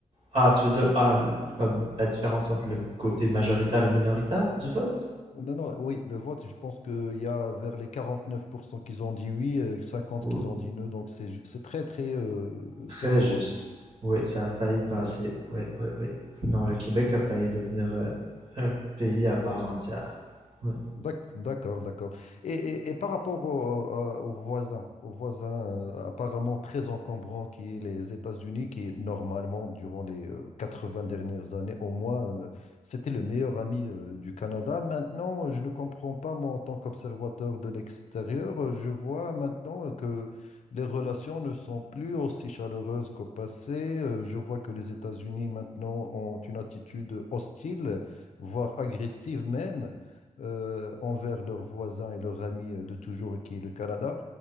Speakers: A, on the right (about 50°); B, on the left (about 60°).
A: Ah, tu veux dire, ah, comme la différence entre le côté majoritaire et minoritaire du vote?
B: Non, non, oui, le vote, je pense qu'il y a vers les 49% qu'ils ont dit oui, euh, 50
A: Oh,
B: qu'ils ont dit non, donc c'est ju- c'est très, très euh,
A: très
B: serré,
A: juste.
B: quoi.
A: Oui, ça a failli passer. Oui, oui, oui. Non, le Québec a failli devenir euh, un pays à part entière. Oui.
B: D'ac- D'accord, d'accord. Et, et- et par rapport au- au- aux voisins, aux voisins euh, apparemment très encombrants qui est les États-Unis, qui normalement, durant les euh, 80 dernières années au moins, euh, c'était le meilleur ami euh, du Canada. Maintenant, je ne comprends pas, moi, en tant qu'observateur de l'extérieur, euh, je vois maintenant euh, que les relations ne sont plus aussi chaleureuses qu'au passé. Euh, Je vois que les États-Unis maintenant ont une attitude hostile, voire agressive même euh, envers leurs voisins et leurs amis euh, de toujours, qui est le Canada.